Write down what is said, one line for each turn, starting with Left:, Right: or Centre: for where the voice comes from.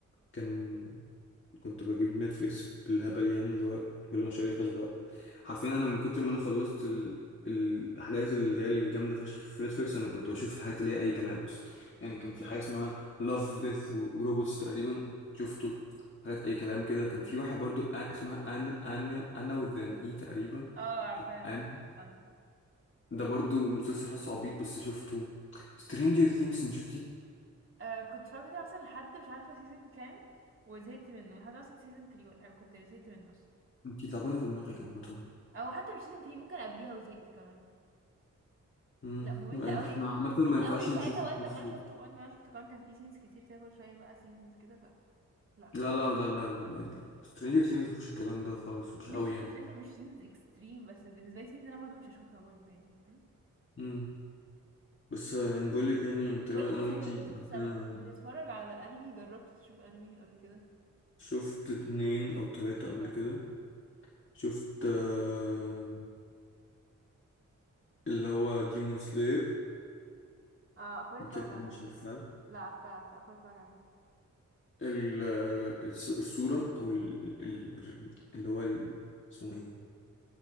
Left: كان كنت بجيب نتفليكس بالهبل يعني اللي هو كل ما شهر يخلص بقى حرفيا انا من كتر ما انا خلصت ال... الاحداث اللي هي الجامده فشخ في نتفليكس انا كنت بشوف الحاجات اللي هي اي كلام اصلا يعني كان في حاجه اسمها لاف ديث وروبوتس تقريبا شفته حاجات اي كلام كده كان في واحد برضو آ- اسمها ان ان انا وذان اي تقريبا
Right: اه عارفاه
Left: او
Right: انا
Left: ان
Right: أنا.
Left: ده برضو مسلسل حاسه عبيط بس شفته سترينجر ثينجز انت شفتيه
Right: آه كنت فاكرة مثلا لحد مش عارفة سيزون كام وزهقت منه لحد مثلا سيزون 3 ولا حاجة كنت زهقت منه اصلا
Left: انت تعبانه في دماغك عامه
Right: او حتى مش سيزون 3 ممكن قبليها وزهقت كمان
Left: امم
Right: لا ممل
Left: لان
Right: قوي
Left: احنا عامه
Right: ممل
Left: ما ينفعش
Right: قوي وساعتها
Left: نشوف
Right: وقت
Left: مسلسل
Right: ما انا شفته وقت ما انا شفته كمان كان في سينز كتير كده كل شوية بقى سينز كده ف لا
Left: لا لا لا لا لا لا لا سترينجر ثينجز مفيش الكلام ده خالص مش
Right: مش
Left: قوي يعني
Right: مش لازم مش سينز اكستريم بس بالنسبه لي سينز انا برضو مش هشوفها برضو يعني فاهم
Left: امم بس آه، يعني بقول لك يعني تقريبا
Right: بقول لك
Left: انا
Right: ايه
Left: وانتي
Right: صحيح، نسيت
Left: عندنا-
Right: اسالك بتتفرج على انمي جربت تشوف انمي قبل كده
Left: شفت اتنين او تلاتة
Right: ايه
Left: قبل
Right: بقى
Left: كده شفت آه، اللي هو ديمون سلاير
Right: اه اخويا
Left: انت
Right: اتفرج
Left: أكيد
Right: على
Left: مش
Right: ده
Left: عارفاه
Right: لا عارفه عارفه اخويا اتفرج عليه
Left: ال- الس- الصورة او ال... ال... اللي هو ال... اسمه ايه